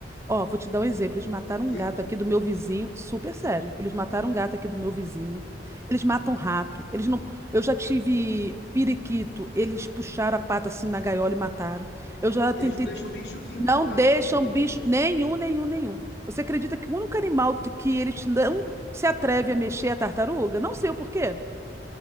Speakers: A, on the right (about 15°); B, on the left (about 65°).
A: Ó, vou te dar um exemplo, eles mataram um
B: Eita,
A: gato aqui do meu vizinho, super sério. Eles mataram um gato aqui do meu vizinho. Eles matam rato. Eles não, eu já tive periquito, eles puxaram a pata assim na gaiola e mataram. Eu já tentei
B: eles não deixam bicho nenhum
A: Não
B: entrar
A: deixam
B: no ambiente
A: bicho
B: deles.
A: nenhum, nenhum, nenhum. Você acredita que o único animal que, que eles não se atreve a mexer é a tartaruga? Não sei o porquê.